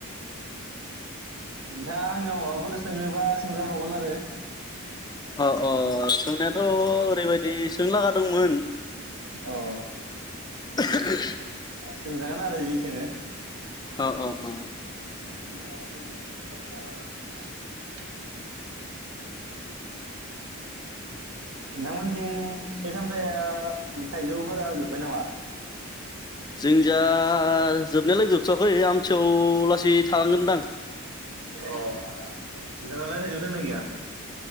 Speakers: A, on the right (about 75°); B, on the left (about 20°).
A: नोंथाङा आंनाव माबाफोर सोङोबा सोंजाबावगोन आरो।
B: अ अ सोंनायाथ ओरैबायदि सोंनो लागा दोंमोन।
A: औ
B: <unintelligible>
A: सोंजागोन आरो जि सोंङो।
B: औ औ औ।
A: <inaudible> नोंथांमोनथिं फिसामथाया थाइजौफोरा जोब्बाय नामा?
B: जों जा जोबनायालाय जोबथवाखै आमथुआव लासै थालांगोनदां।
A: अ नोंथां नावलाय थाइजौ दं ना गैया?